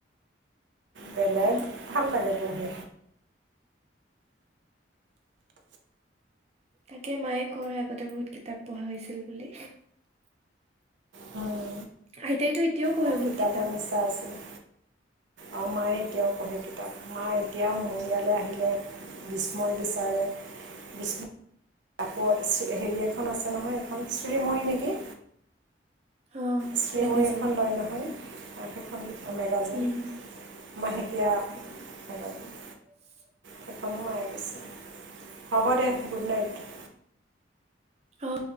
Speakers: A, on the right (about 75°); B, on the right (about 35°).
A: বেলেগ
B: অ
A: ভাল লাগে পঢ়ি।
B: তাকে মায়ে কয়, আগতে বহুত কিতাপ পঢ়া হৈছিল বুলি।
A: হয়।
B: আইতাইতো এতিয়াও পঢ়ে
A: খুব
B: বহুত
A: কিতাপৰ
B: কিতাপ
A: নিচা আছিলে। আৰু মায়ে এতিয়াও পঢ়ে কিতাপ। মা এতিয়াও মোৰ ইয়ালৈ আহিলে বিষ্ময় বিচাৰে। বিষ্ম আকৌ হেৰি এখন আছে নহয়, এখন শ্ৰীময়ী নেকি?
B: অ
A: শ্ৰীময়ী
B: মেগাজিন
A: এখন লয় নহয়। একেখন মেগাজিন
B: উম
A: মাহেকীয়া মেগাজিন।
B: <inaudible>
A: সেখনো মাৰি দিছো। হ'ব দে, গুড নাইট।
B: অ